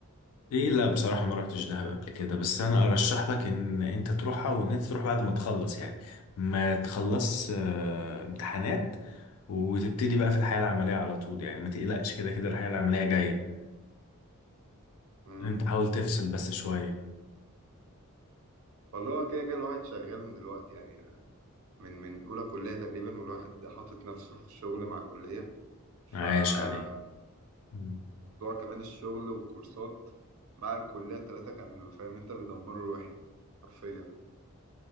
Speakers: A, on the left; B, on the right.
A: ايه لا بصراحة ما روحتش دهب قبل كده بس انا ارشح لك ان انت تروحها وان انت تروح بعد ما تخلص يعني ما تخلص آه، امتحانات وتبتدي بقى في الحياة العملية على طول يعني ما تقلقش كده كده الحياة العملية جاية
B: مم.
A: انت حاول تفصل بس شوية
B: والله هو كده كده الواحد شغال من دلوقتي يعني من من اولى كلية تقريبا والواحد حاطط نفسه في الشغل مع كلية فموضوع
A: عايش عليك مم.
B: كمان الشغل والكورسات بعد الكلية التلاتة كان بيبقى فاهم انت بيدمروا الواحد حرفيا